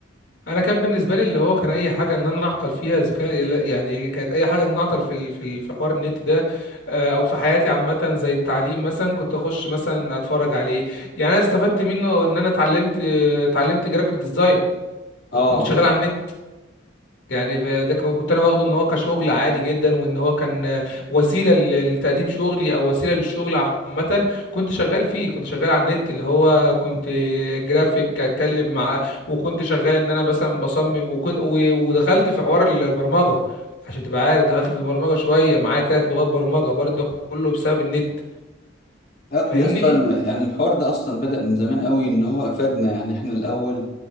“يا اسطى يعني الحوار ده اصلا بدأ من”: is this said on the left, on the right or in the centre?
Left